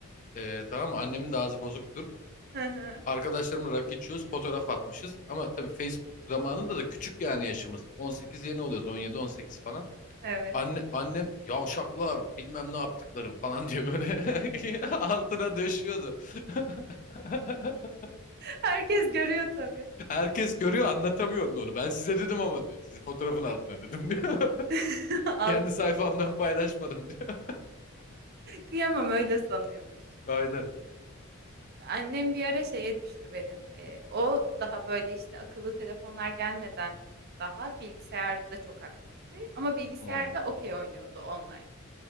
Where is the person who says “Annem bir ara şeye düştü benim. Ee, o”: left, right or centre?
Right